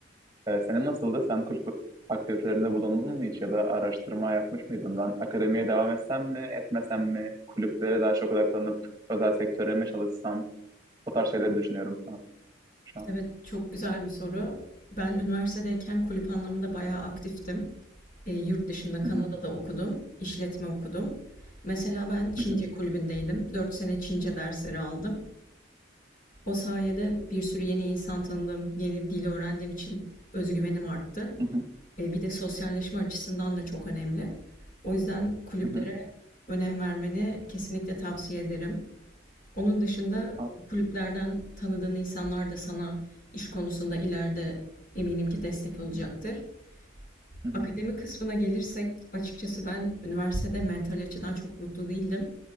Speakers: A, on the right (about 20°); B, on the left (about 45°).
A: E, senin nasıldı? Sen kulüp aktivitelerinde bulundun mu hiç ya da araştırma yapmış mıydın? Ben akademiye devam etsem mi, etmesem mi? Kulüplere daha çok odaklanıp özel sektöre mi çalışsam? O tarz şeyleri düşünüyorum sana şu an.
B: Evet, çok güzel bir soru. Ben üniversitedeyken kulüp anlamında bayağı aktiftim. Ee, yurt dışında Kanada'da
A: Hı hı,
B: okudum, işletme okudum. Mesela ben Çince
A: hı hı,
B: kulübündeydim. 4 sene Çince dersleri aldım. O sayede bir sürü yeni insan tanıdım, yeni bir dil öğrendiğim için özgüvenim arttı.
A: hı hı,
B: E, bir de sosyalleşme açısından da çok önemli. O yüzden kulüplere
A: hı
B: önem vermeni kesinlikle tavsiye ederim. Onun dışında
A: hı.
B: kulüplerden tanıdığın insanlar da sana iş konusunda ileride eminim ki destek olacaktır.
A: Hı hı,
B: Akademi kısmına gelirsek açıkçası ben üniversitede mental açıdan çok mutlu değildim.